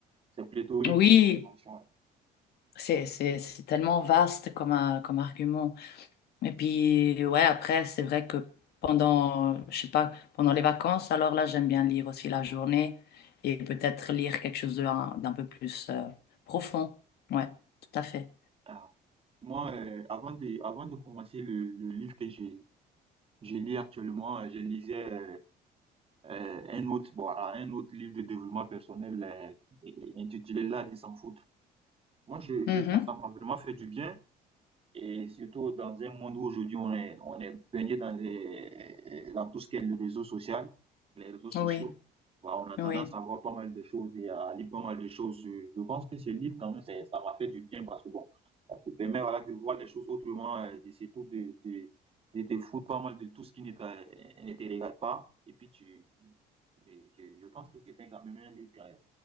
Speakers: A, on the right; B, on the left.
A: c'est pléthorique,
B: oui.
A: ces fonctions.
B: C'est, c'est, c'est tellement vaste comme, euh, comme argument. Et puis, ouais, après, c'est vrai que pendant, euh, je sais pas, pendant les vacances, alors là, j'aime bien lire aussi la journée et peut-être lire quelque chose d'un d'un peu plus euh, profond. Ouais, tout à fait.
A: Ah. Moi, euh, avant de, avant de commencer le, le livre que j'ai je lis actuellement, euh, je lisais euh, euh, un autre, bon, voilà, un autre livre de développement personnel euh, intitulé L'art de s'en foutre. Moi, je,
B: Mhm.
A: je- ça, ça m'a vraiment fait du bien. Et surtout dans un monde où aujourd'hui on est, on est baigné dans les, dans tout ce qui est le réseau social, les réseaux sociaux,
B: Oui,
A: bah, on a
B: oui.
A: tendance à voir pas mal de choses et à lire pas mal de choses. Je je pense que ce livre, quand même, c'est- ça m'a fait du bien parce que bon, ça te permet voilà, de voir les choses autrement euh, et surtout de, de, de te foutre pas mal de tout ce qui ne t'a- ne te regarde pas. Et puis tu, et je, je pense que c'était quand même un livre euh,